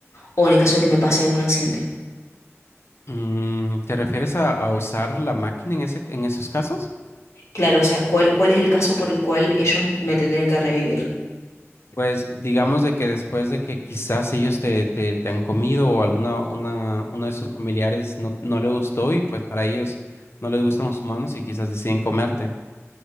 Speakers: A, on the left; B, on the left.
A: o en el caso de que me pase algún accidente.
B: Mm, ¿te refieres a, a usar la máquina en ese, en esos casos?
A: Claro, o sea, ¿cuál, cuál es el caso por el cual ellos me tendrían que revivir?
B: Pues digamos de que después de que quizás ellos te, te, te han comido o alguna una, uno de sus familiares no, no le gustó y pues para ellos no les gustan los humanos y quizás deciden comerte.